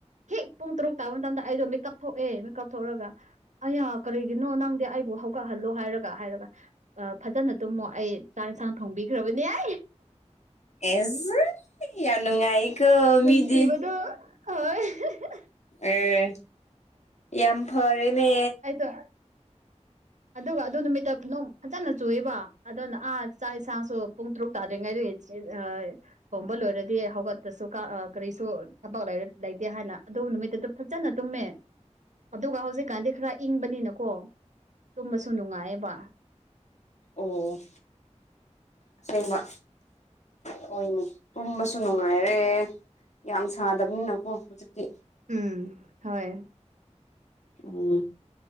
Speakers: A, on the right; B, on the left.
A: ꯍꯦꯛ ꯄꯨꯡ ꯇꯔꯨꯛ ꯇꯥꯕ ꯃꯇꯝꯗ ꯑꯩꯗꯣ ꯃꯤꯀꯞ ꯊꯣꯛꯑꯦ ꯃꯤꯀꯞ ꯊꯣꯛꯑꯒ ꯑꯌꯥ ꯀꯔꯤꯒꯤꯅꯣ ꯅꯪꯗꯤ ꯑꯩꯕꯨ ꯍꯧꯒꯠꯍꯜꯂꯣ ꯍꯥꯏꯔꯒ ꯍꯥꯏꯔꯒ ꯑ ꯐꯖꯅ ꯇꯨꯝꯃꯣ ꯑꯩ ꯆꯥꯛ ꯌꯦꯟꯁꯥꯡ ꯊꯣꯡꯕꯤꯈ꯭ꯔꯕꯅꯦ ꯍꯥꯏ
B: ꯑꯦ ꯌꯥꯝ ꯅꯨꯡꯉꯥꯏꯀꯣ
A: ꯅꯨꯡꯁꯤꯕꯗꯣ
B: ꯃꯤꯗꯤ
A: ꯍꯣꯏ
B: ꯑꯦ ꯌꯥꯝ ꯐꯔꯦꯅꯦ
A: ꯍꯥꯏꯣ ꯑꯗꯨꯒ ꯑꯗꯨ ꯅꯨꯃꯤꯠꯇ ꯅꯣꯡ ꯐꯖꯅ ꯆꯨꯕ ꯑꯗꯨꯅ ꯑꯥ ꯆꯥꯛ ꯌꯦꯁꯥꯡꯁꯨ ꯄꯨꯡ ꯇꯔꯨꯛ ꯇꯥꯗ꯭ꯔꯤꯉꯩꯗ ꯑ <unintelligible> ꯊꯣꯡꯕ ꯂꯣꯏꯔꯗꯤ ꯍꯧꯒꯠꯇꯄꯁꯨ ꯀꯔꯤꯁꯨ ꯊꯕꯛ ꯂꯩꯇꯦ ꯍꯥꯏꯅ ꯑꯗꯨ ꯅꯨꯃꯤꯠꯇ ꯑꯗꯨ ꯐꯖꯅ ꯇꯨꯝꯃꯦ ꯑꯗꯨꯒ ꯍꯧꯖꯤꯛꯀꯥꯟꯗꯤ ꯈꯔ ꯏꯪꯕꯅꯤꯅꯀꯣ ꯇꯨꯝꯕꯁꯨ ꯅꯨꯡꯉꯥꯏꯌꯦꯕ
B: ꯑꯣ ꯑꯁꯦꯡꯕ ꯍꯣꯏꯅꯦ ꯇꯨꯝꯕꯁꯨ ꯅꯨꯡꯉꯥꯏꯔꯦ ꯌꯥꯝ ꯁꯥꯗꯕꯅꯤꯅꯀꯣ ꯍꯧꯖꯤꯛꯤ
A: ꯎꯝ ꯍꯣꯏ
B: ꯑꯣ